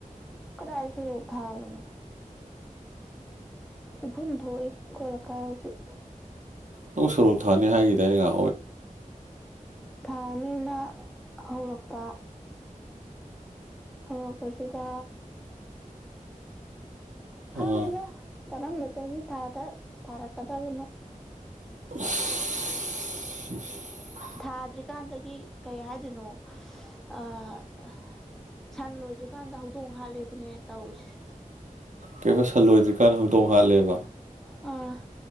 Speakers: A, in the centre; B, on the right.
A: ꯀꯗꯥꯏ ꯁꯔꯨꯞ ꯊꯥꯕꯅꯨ ꯎꯐꯨꯟ ꯊꯣꯛꯢ ꯈꯣꯢ ꯂꯩꯀꯥꯢ ꯍꯧꯖꯤꯛ
B: ꯅꯪ ꯁꯣꯔꯣꯛ ꯊꯥꯅꯤ ꯍꯥꯏꯈꯤꯗꯏꯅ ꯉ
A: ꯊꯥꯅꯤꯅ ꯍꯧꯔꯛꯄ ꯍꯧꯔꯛꯄꯁꯤꯗ ꯐꯪꯗꯦꯗ
B: ꯑꯥ
A: ꯀꯔꯝꯕ ꯆꯍꯤ ꯊꯥꯗ ꯊꯥꯔꯛꯀꯗꯕꯅꯣ
B: <unintelligible>
A: ꯊꯥꯗ꯭ꯔꯤꯀꯥꯟꯗꯒꯤ ꯀꯩ ꯍꯥꯏꯗꯣꯏꯅꯣ ꯑꯥ ꯑ ꯁꯟ ꯂꯣꯏꯗ꯭ꯔꯤꯀꯥꯟꯗ ꯍꯧꯗꯣꯡ ꯍꯥꯠꯂꯦꯗꯨꯅꯦ ꯇꯧꯔꯤꯁꯦ
B: ꯀꯩꯕ ꯁꯜ ꯂꯣꯏꯗ꯭ꯔꯤꯀꯥꯟꯅ ꯍꯗꯣꯡ ꯍꯥꯠꯂꯦꯕ
A: ꯑ